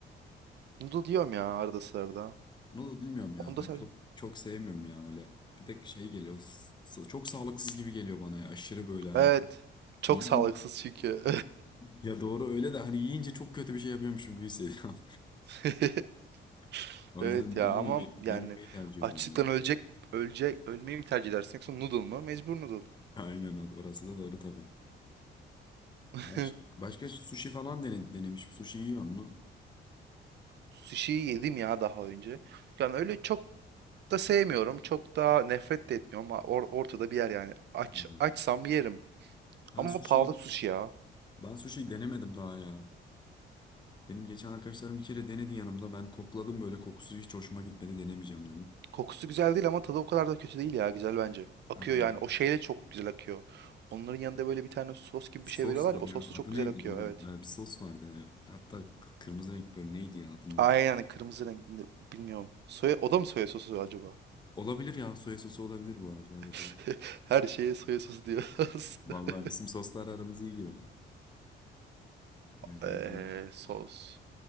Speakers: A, on the right; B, on the left.
A: Noodle diyorum ya arada sırada.
B: Noodle bilmiyorum ya
A: Onda
B: ben
A: sadece
B: çok çok sevmiyorum ya öyle. Bir de şey geliyor s- çok sağlıksız gibi geliyor bana ya aşırı böyle hani.
A: Evet. Çok
B: Yiyin-
A: sağlıksız çünkü.
B: Ya doğru öyle de hani yiyince çok kötü bir şey yapıyormuşum gibi hissediyorum.
A: <laughs>
B: <laughs> O
A: Evet
B: yüzden
A: ya
B: yememeyi,
A: ama yani
B: yememeyi tercih
A: açlıktan
B: ediyorum ben.
A: ölecek ölecek ölmeyi mi tercih edersin yoksa noodle mu? Mecbur noodle.
B: Aynen o- orası da doğru tabii.
A: <laughs>
B: Baş, başka sushi falan dene- denemiş. Sushi yiyor mu?
A: Sushi'yi yedim ya daha önce. Yani öyle çok da sevmiyorum. Çok da nefret de etmiyorum ama or- ortada bir yer yani. Aç
B: Hı.
A: açsam yerim.
B: Ben
A: Ama
B: sushi
A: pahalı sushi ya.
B: ben sushi denemedim daha ya. Benim geçen arkadaşlarım bir kere denedi yanımda. Ben kokladım böyle kokusu hiç hoşuma gitmedi denemeyeceğim dedim.
A: Kokusu güzel değil ama tadı o kadar da kötü değil ya. Güzel bence. Akıyor
B: Ha,
A: yani. O şeyle çok güzel akıyor. Onların yanında böyle bir tane sos gibi
B: sos
A: bir şey veriyorlar
B: var
A: ya. O
B: ya
A: sos
B: adı
A: da çok güzel
B: neydi
A: akıyor.
B: onun?
A: Evet.
B: Ee, bir sos vardı. Hatta k- kırmızı renk böyle neydi ya adının?
A: Aynen yani kırmızı renkli bilmiyorum. Soya, o da mı soya sosu acaba?
B: Olabilir ya soya sosu olabilir bu arada evet
A: <laughs>
B: evet.
A: Her şeye soya sosu diyoruz.
B: Vallahi
A: <laughs>
B: bizim soslar aramız iyi gibi. Öyle
A: Eee
B: iyi yok.
A: sos.